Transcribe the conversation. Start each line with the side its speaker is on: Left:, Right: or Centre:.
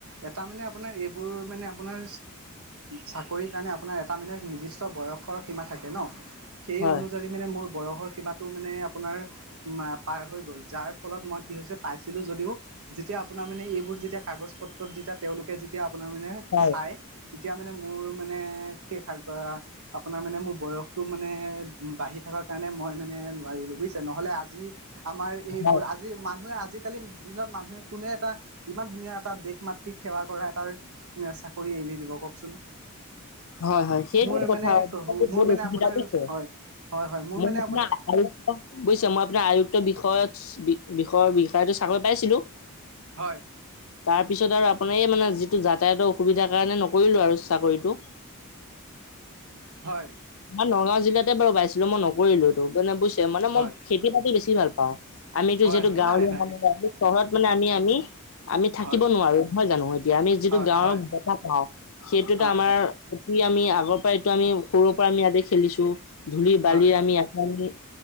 Right: এটা মানে আপোনাৰ এইবোৰ মান আপোনাৰ চাক চাকৰি কাৰণে আপোনাৰ এটা মানে নিৰ্দিষ্ট বয়সৰ সীমা থাকে ন সেই
Left: হয়।
Right: অনুযায়ী মানে মোৰ বয়সৰ সীমাটো মানে আপোনাৰ পাৰ হৈ গ'ল যাৰ ফলত মই কি হৈছে পাইছিলো যদিও যেতিয়া আপোনাৰ মানে এইবোৰ যেতিয়া কাগজ পত্ৰত যে তেতিয়া তেওঁলোকে যেতিয়া আপোনাৰ মানে
Left: হয়
Right: চাই তেতিয়া মানে মোৰ মানে শেষ আপোনাৰ মানে মোৰ বয়সটো মানে বাঢ়ি থা কাৰ কাৰণে মই মানে নোৱাৰিলো বুজিছে, নহলে আজিও আমাৰ এই
Left: হয়
Right: আজি মানুহে আজি আজিকালি দিনত মানুহে কোনে এটা ইমান ধুনীয়া এটা দেশ মাতৃক সেৱা কৰা তাৰ <unintelligible> চাকৰি এৰি দিব কওকচোন।
Left: হয় হয়, সেইটো
Right: মোৰ
Left: কথা
Right: মানে
Left: <unintelligible>
Right: মোৰ মানে
Left: অসুবিধা
Right: আপোনাৰ
Left: পাইছে।
Right: হয় হয় হয় মোৰ
Left: মই
Right: মানে
Left: আপোনাৰ আয়ুক্ত বুইছা, মই আপোনাৰ আয়ুক্ত বিষয়ত বি-বিষয়ৰ বিষয়তো চাকৰি পাইছিলোঁ।
Right: হয়।
Left: তাৰপিছত আৰু আপোনাৰ এই মানে যিটো যাতায়তৰ অসুবিধাৰ কাৰণে নকৰিলো আৰু চাকৰিটো।
Right: হয়।
Left: মই নগাঁও জিলাতে বাৰু পাইছিলো, মই নকৰিলোতো মানে বুজিছে। মানে মই
Right: হয়
Left: খেতি-বাতি বেছি ভাল পাওঁ। আমিতো
Right: হয়
Left: যিহেতু
Right: হয়
Left: গাঁৱলীয়া
Right: নাই নাই
Left: মানুহ, চহৰত গ'লে আমি আমি আমি থাকিব
Right: হয়
Left: নোৱাৰো, নহয় জানো? এতিয়া আমি যিটো
Right: হয়
Left: গাঁৱৰ
Right: হয়
Left: বতাহ পাওঁ সেইটোতো
Right: হয়
Left: আমাৰ
Right: হয়
Left: আমি আগৰ পৰা এইটো আমি সৰুৰ পৰা আমি ইয়াতে খেলিছো, ধূলি-বালি
Right: হয় হয়
Left: আমি ইয়াতে আমি